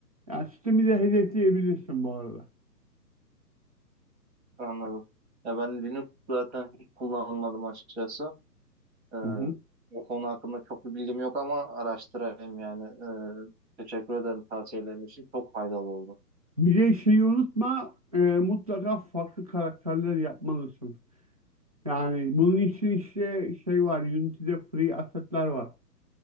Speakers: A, on the right (about 25°); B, on the right (about 40°).
A: yani Steam'i de hedefleyebilirsin bu arada.
B: anladım. Ya ben Linux zaten hiç kullanmadım açıkçası. Ee,
A: Hı hı.
B: o konu hakkında çok bir bilgim yok ama araştırayım yani. Ee, teşekkür ederim tavsiyelerin için. Çok faydalı oldu.
A: Bir de şeyi unutma, e, mutlaka farklı karakterler yapmalısın. Yani bunun için işte şey var, Unity'de free asset'ler var.